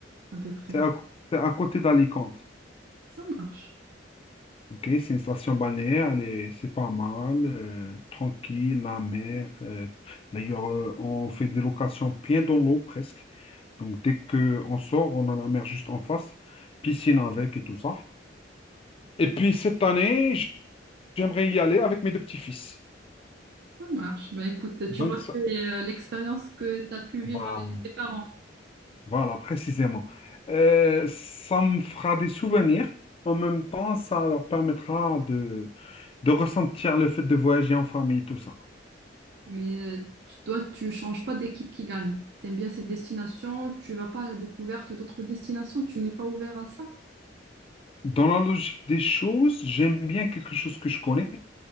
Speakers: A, on the right; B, on the left.
A: à peu près?
B: C'est à, c'est à côté d'Alicante.
A: Ça marche.
B: Ok, c'est une station balnéaire, elle est- c'est pas mal, euh, tranquille, la mer. euh, d'ailleurs, euh, on fait des locations bien dans l'eau presque. Donc, dès qu'on sort, on a la mer juste en face, piscine avec et tout ça. Et puis, cette année, j- j'aimerais y aller avec mes deux petits-fils.
A: Ça marche. Bah écoute,
B: Donc,
A: tu refais
B: ça-
A: euh, l'expérience que t'as pu vivre
B: voilà,
A: avec tes parents.
B: voilà, précisément. Euh, ça me fera des souvenirs. En même temps, ça leur permettra de, de ressentir le fait de voyager en famille, tout ça.
A: Mais euh, tu- toi, tu changes pas d'équipe qui gagne. T'aimes bien cette destination, tu vas pas à la découverte d'autres destinations, tu n'es pas ouvert à ça?
B: Dans la logique des choses, j'aime bien quelque chose que je connais.